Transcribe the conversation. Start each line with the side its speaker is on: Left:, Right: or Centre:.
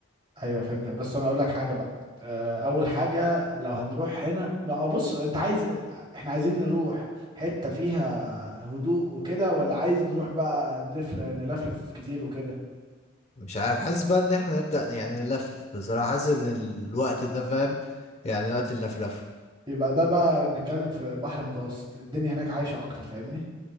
Right: ايوه فهمتك بس انا اقول لك حاجه بقى آه اول حاجه لو هنروح هنا لا آه، بص انت عايز احنا عايزين نروح حته فيها هدوء وكده ولا عايز نروح بقى نلف نلفلف كتير وكده
Left: مش عارف حاسس بقى ان احنا نبدأ يعني نلفلف بصراحة حاسس ان الوقت ده فاهم يعني وقت اللفلفة
Right: يبقى ده بقى بنتكلم في بحر متوسط الدنيا هناك عايشه اكتر فاهمني